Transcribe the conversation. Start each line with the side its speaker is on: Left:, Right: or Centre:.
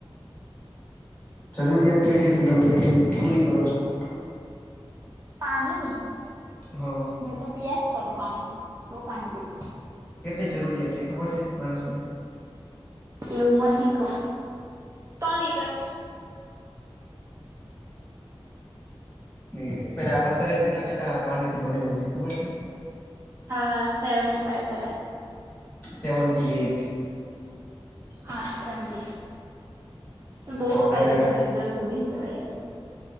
Left: જરૂરિયાત કેટલી છે. તમે કેટલી પૂરી કરો છો
Right: <inaudible> પાણી ની
Left: હા
Right: મે તો પિયાજ કરુ પાણી. બો પાણી પીમ
Left: કેટલી જરૂરિયાત છે. ખબર છે માણસ ને?
Right: એવું મને ની ખબર. ત્રણ લીટર
Left: ન પેલા આપણા શરીર કેટલા ટકા પાણી થી બનેલું છે ખબર છે?
Right: હા સેવન્ટી ફાઈઇવ પર.
Left: સેવનન્ટટી એઈટ
Right: હા સંત બહ
Left: તો આપડે
Right: પહેલા ભણેલી તો ભૂલી જવાય.